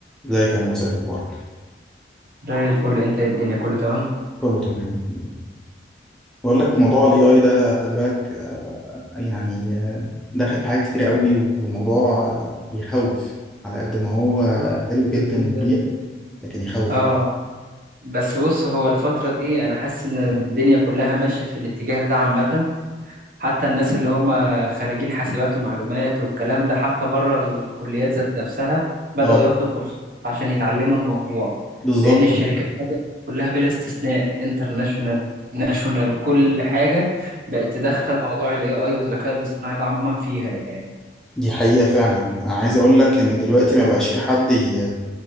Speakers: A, in the centre; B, on the right (about 50°).
A: ازيك يا موسى إيه اخبارك
B: زي الفل انت إيه الدنيا كله تمام
A: كله تمام الحمد لله. بقول لك موضوع الاي اي ده خلي بالك آه، يعني آه، داخل في حاجات كتير قوي والموضوع آه، يخوف على قد ما هو
B: بص،
A: حلو جدا
B: ال-
A: ومريح لكن يخوف
B: اه بس بص هو الفترة دي انا حاسس ان الدنيا كلها ماشية في الاتجاه ده عامة حتى الناس اللي هم خريجين حاسبات ومعلومات والكلام ده حتى بره الكليات ذات نفسها بدأوا
A: اه
B: ياخدوا كورسات عشان يتعلموا الموضوع
A: بالظبط
B: لأن الشركات بدأت كلها بلا استثناء انترناشونال ناشونال كل حاجة بقت تدخل موضوع ال AI والذكاء الاصطناعي ده عموما فيها يعني
A: دي حقيقة فعلا أنا عايز أقول لك إن دلوقتي ما بقاش في حد ي-